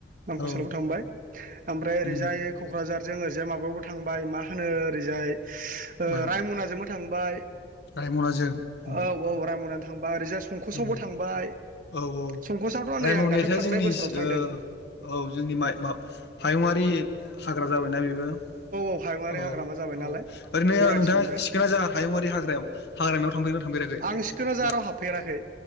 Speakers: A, on the right; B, on the left.
A: मांखर
B: औ
A: सलायावबो थांबाय ओमफ्राय ओरैजाय
B: उम
A: क'क्राझार जों ओजाय माबायावबो थांबाय मा होनो ओरैजाय
B: मायाव
A: रायमनाजों बो थांबाय
B: रायमनाजों उम
A: औ औ रायमना थांबाय ओरैजाय संकसआवबो
B: उम
A: थांबाय
B: औ औ
A: संकसावथ' नै
B: रायमनायाथ'
A: आं दाख्लै थांनाय
B: जोंनि
A: बोसोरावसो थांदों
B: ओ औ जोंनि माय बा हायुंङारि हाग्रा जाबायना बे औ
A: औ हायुङारि
B: औ
A: हाग्रामा जाबाय नालाय
B: ओरैनो
A: गनायथि
B: नोंथाङा
A: मोनबाय
B: सिखोना जाहार हायुंआरि हाग्रायाव हाग्रा याव थांफैाव थांफेराखै
A: आं सिखोना जाहाराव
B: मा
A: हाबफेराखै